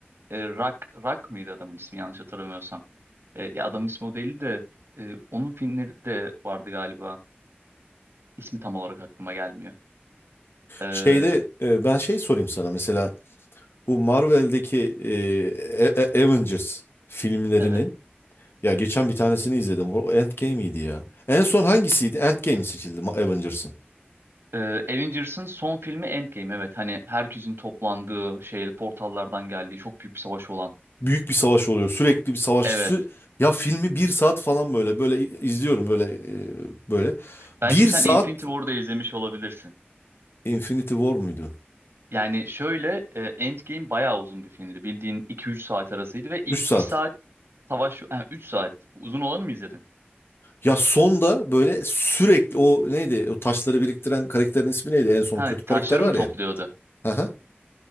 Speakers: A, on the right; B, on the left.
A: e, Rock, Rock mıydı adamın ismi yanlış hatırlamıyorsam. E, ya adamın ismi o değildi de e, onun filmleri de vardı galiba. İsmi tam olarak aklıma gelmiyor. Ee,
B: Şeyde e, ben şey sorayım sana mesela bu Marvel'deki e, A- A- Avengers filmlerinin
A: evet
B: Ya geçen bir tanesini izledim. O Endgame'iydi ya. En son hangisiydi? Endgame seçildi Ma- Avengers'ın.
A: Ee, Avengers'ın son filmi Endgame. Evet hani herkesin toplandığı şey portallardan geldiği çok büyük bir savaş olan.
B: Büyük bir savaş oluyor. Sürekli bir savaş.
A: Evet.
B: Sü- ya filmi bir saat falan böyle böyle i- izliyorum böyle e, böyle.
A: Belki
B: Bir
A: sen
B: saat
A: Infinity War'da izlemiş olabilirsin.
B: Infinity War muydu?
A: Yani şöyle e, Endgame bayağı uzun bir filmdi. Bildiğin 2-3 saat arasıydı ve ilk
B: Üç saat.
A: bir saat savaş... Ha, 3 saat. Uzun olanı mı izledin?
B: Ya sonda böyle sürekli o neydi? O taşları biriktiren karakterin ismi neydi? En son
A: Ha,
B: kötü karakter
A: taşları
B: var
A: mı topluyordu?
B: ya. Hı hı.